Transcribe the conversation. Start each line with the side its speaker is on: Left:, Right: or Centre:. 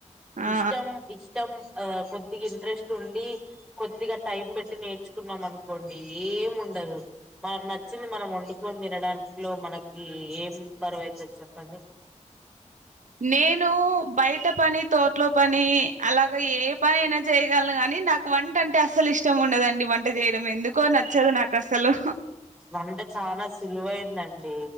Right: ఆ
Centre: ఇష్టం ఇష్టం ఆ కొద్దిగా ఇంట్రెస్ట్ ఉండి, కొద్దిగా టైం బెట్టి నేర్చుకున్నాం అన్ కోండి ఏం ఉండదు మనకు నచ్చింది మనం ఒండుకొని తినడాంట్లో మనక్ ఇ ఏం బరువైతద్ చెప్పండి
Right: నేనూ బైట పని తోట్లొ పనీ అలాగ ఏ పని అయినా చేయ్గల్ను గాని నాక్ వంట అంటే అస్సల్ ఇష్టం ఉండదండి వంట జేయ్డం ఎందుకో నచ్చదు నాకు అస్సలు
Centre: వంట చాలా సులువేందండి